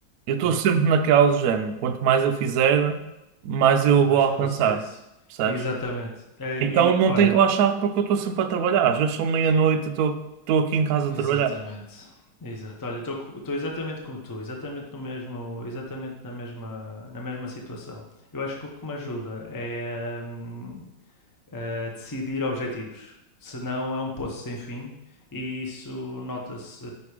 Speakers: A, on the right (about 75°); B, on the left (about 30°).
A: eu estou
B: boa.
A: sempre naquela do género, quanto mais eu fizer, mais eu
B: Mas
A: vou alcançar,
B: consegues.
A: percebes?
B: Exatamente. É,
A: Então
B: e,
A: não
B: olha,
A: tenho que relaxar porque eu estou sempre a trabalhar. Às vezes são meia-noite, eu estou estou aqui em casa
B: exatamente.
A: a trabalhar.
B: Exato. Olha, estou exatamente como tu, exatamente no mesmo, exatamente na mesma, na mesma situação. Eu acho que o que me ajuda é hum, a decidir objetivos. Senão é um poço sem fim e isso nota-se